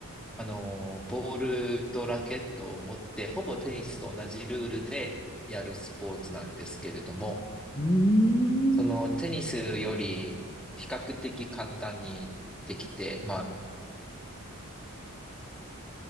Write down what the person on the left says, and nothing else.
うーん、